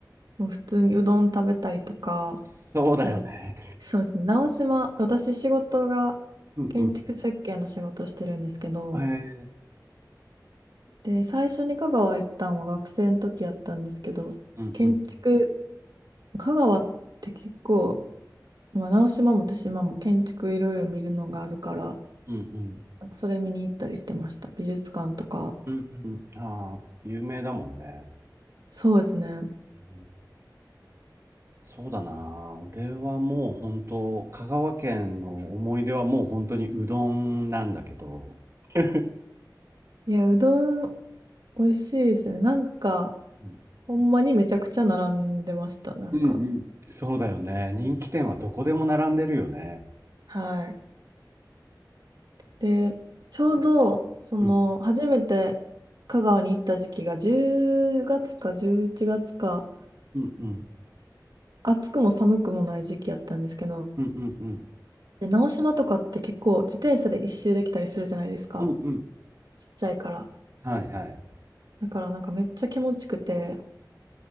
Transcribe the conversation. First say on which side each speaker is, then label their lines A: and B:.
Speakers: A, on the right; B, on the right.
A: もう普通にうどん食べたりとか、
B: そうだよね。
A: で、そうですね、直島、私仕事が
B: うんうん。
A: 建築設計の仕事をしてるんですけど、
B: へえ。
A: で、最初に香川行ったのは学生の時やったんですけど、
B: うんうん。
A: 建築、香川って結構、まあ、直島も手島も建築いろいろ見るのがあるから、
B: うんうん。
A: なんかそれ見に行ったりしてました。美術館とか。
B: うんうん。ああ、有名だもんね。
A: そうですね。
B: うんそうだな。俺はもう本当、香川県の思い出はもう本当にうどんなんだけど、う
A: いや、うどん美味しいですね。なんか、
B: ん <laughs>
A: ほんまにめちゃくちゃ並んでました。なんか。
B: うん。そうだよね。人気店はどこでも並んでるよね。
A: はい。で、ちょうど、その、
B: うん、
A: 初めて香川に行った時期が10月か11月か、
B: うん、うん、
A: 暑くも寒くもない時期やったんですけど、
B: うん、うん、うん。
A: で、直島とかって結構自転車で一周できたりするじゃないですか。
B: うんうん。
A: ちっちゃいから。
B: はい、はい。
A: だからなんかめっちゃ気持ちくて、